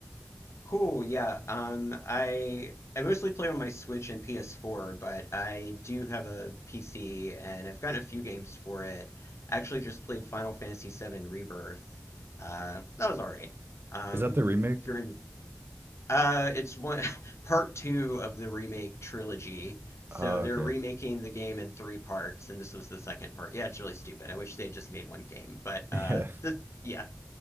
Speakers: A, on the left; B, on the right.
A: Cool, yeah. Um, I I mostly play on my Switch and PS4, but I do have a PC and I've gotten a few games for it. I actually just played Final Fantasy VII Rebirth. Uh, that was all right. Um,
B: Is that the remake?
A: if you're in, uh, it's one <laughs> part two of the remake trilogy. So
B: Oh,
A: they're
B: okay.
A: remaking
B: <laughs>
A: the game in three parts, and this was the second part. Yeah, it's really stupid. I wish they had just made one game, but
B: Yeah.
A: uh, this, yeah.